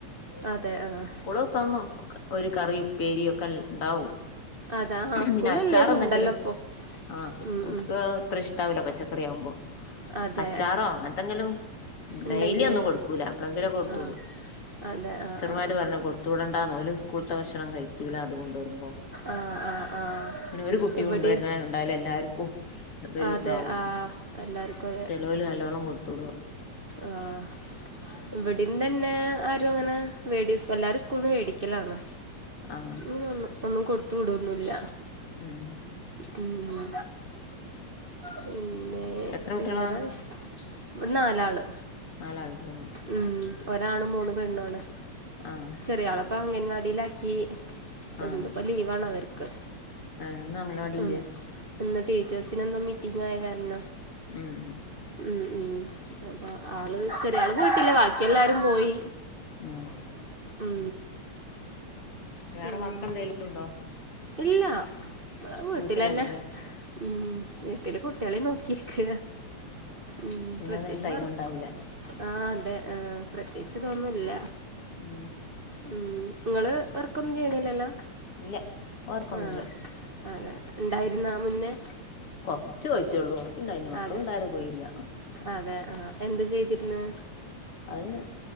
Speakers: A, on the right; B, on the left.
A: അതെ ആഹ്.
B: കൊളൂത്താമ്പം ഒരു കറി ഉപ്പേരിയൊക്കെ ഇണ്ടാവും.
A: അതെ ആ സ്കൂളിലല്ലേ
B: പിന്നെ അച്ചാറെന്തെങ്കിലും,
A: ഇതുണ്ടല്ലോ ഇപ്പോൾ
B: ആഹ്
A: ഉം,
B: ഓൽക്ക്
A: ഉം.
B: അത്രഷ് ണ്ടാവൂല പച്ചക്കറി ആവുമ്പൊ.
A: അതെ
B: അച്ചാറോ അങ്ങനത്തെങ്കിലും.
A: ഉണ്ടെങ്കിൽ
B: ഡെയ്ലി ഒന്നും കൊടുക്കൂല എപ്പളെങ്കിലും കൊടുത്ത്ടും.
A: ആ അതെ ആഹ് ആഹ്.
B: മാര് പറഞ്ഞ് കൊട്ത്ത് വിടണ്ടാന്ന് ഓര് സ്കൂള്ത്തെ ഭക്ഷണം കഴിക്കൂല്ല അത്കൊണ്ട് വരുമ്പോന്ന്.
A: ആ ആ ആ
B: പിന്നെ ഒരു കുട്ടി
A: ഇവിടെയും
B: കൊണ്ട് വര്ന്ന കണ്ടാല് എല്ലാർക്കും അതൊരു
A: അതെ
B: ഇതാവും.
A: ആ എല്ലാവർക്കും
B: ചെലോല് നല്ലോണം കൊടുത്ത് വിടും.
A: ആഹ് ഇവടിം തന്നെ ആരും അങ്ങനെ വെടി എല്ലാരും സ്കൂള്ന്ന് മേടിക്കലാണ്.
B: ആഹ്
A: <unintelligible> ഒന്നും കൊടുത്ത് വിടൊന്നുല്ല.
B: ഉം
A: ഉം പിന്നെ
B: എത്ര
A: വേറെ
B: കുട്ടികളാ
A: വിഷ് ഇവടെ നാലാള്.
B: നാലാള്ണ്ട് ആഹ്
A: ഉം ഒരാണ് മൂന്ന് പെണ്ണു ആണ്.
B: ആഹ്
A: ചെറിയാളപ്പം അംഗൻവാടിയിലാക്കി പ്പംന്ന്പ്പം
B: ആഹ്
A: ലീവാണ് അവർക്ക്.
B: ഏഹ് ഇന്ന് അംഗനവാടില്ലേ?
A: ഉം. ഇന്ന് ടീച്ചേഴ്സിനൊന്നും മീറ്റിംഗായ കാരണം
B: ഉം ഉം
A: ഉം ഉം അപ്പ ആള് ചെറിയാള് പോയിട്ട്ല്ല ബാക്കിയെല്ലാരും പോയി.
B: ഉം
A: ഉം പിന്നെ
B: വേറെ വർക്കെന്തെലും ഇണ്ടോ?
A: ഇല്ല ഇവടെ വീട്ടിലന്നെ
B: വീട്ടിലന്നെല്ലേ
A: ഉം വീട്ടില് കുട്ട്യേളേം നോക്കിരിക്ക ഉം
B: ഇന്നതിന്
A: പ്രതേകിച്ച്
B: ടൈം
A: വർ
B: ഉണ്ടാവൂല
A: ആഹ് അതെ ഹേ പ്രത്യേകിച്ചതൊന്നുല്ല.
B: ഉം
A: ഉം ഇങ്ങള് വർക്കൊന്നും ചെയ്യ്ണില്ലല്ലോ?
B: ഇല്ല വർക്കൊന്നുല്ല
A: ആഹ് അതെ ഇണ്ടായിരുന്ന മുന്നേ?
B: ച്ച് പോയിറ്റേള്ളൂ ണ്ടായിനോ മക്കള്
A: അതെ
B: ഇണ്ടായാരെ പോയില്ല.
A: അതെ ആഹ് എന്ത് ചെയ്തിര്ന്നെ?
B: അത്